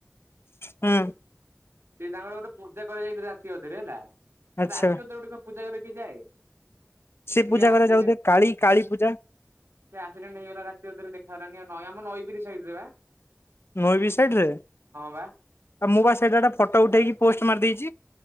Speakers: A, on the left (about 75°); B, on the right (about 80°).
A: ହୁଁ।
B: ସେ ତାଙ୍କର ଗୋଟେ ପୂଜା କରାଯାଇଥିଲା ରାତି ଅଧରେ ହେଲା ଆ
A: ଆଚ୍ଛା
B: ରାତି ଅଧ ରେ ଗୋଟେ କ ପୂଜା କରିୟାକୁ ଯାଏ।
A: ସେ
B: ଟିକେ
A: ପୂଜା
B: ଆକ୍ସିଡେଣ୍ଟ
A: କରାଯାଉ ଥିବେ କାଳୀ କାଳୀ ପୂଜା।
B: ସେ ଆକ୍ସିଡେଣ୍ଟ ହେଇଗଲା ରାତି ଅଧରେ ଦେଖା ହେଲାଣି ନଈ ଆମ ନଈ ବିିରିଜ୍ ସାଇଡ୍ ରେ ପା।
A: ନଈ ବ୍ରୀଜ୍ଜ୍ ସାଇଡ୍ ରେ
B: ବା।
A: ଆଉ ମୁଁ ବା ସେଟା ଫଟୋ ଉଠେଇକି ପୋଷ୍ଟ ମାରି ଦେଇଛି।